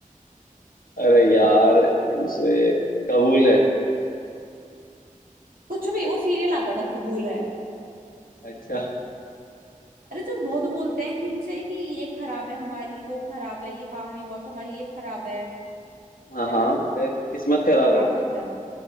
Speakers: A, on the left (about 90°); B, on the right (about 85°).
A: अरे यार क्यूसे कबूल है
B: कुछ भी वो सीरियल आता था कबूल है
A: अच्छा
B: अरे तुम बहुत बोलते हैं कि उसे कि ये खराब है हमारी वो खराब है ये काम नहीं हुआ तो हमारी ये खराब है
A: हाँ
B: है
A: हाँ
B: ना
A: फिर किस्मत खराब
B: क्या
A: है
B: बोलते हैं हम?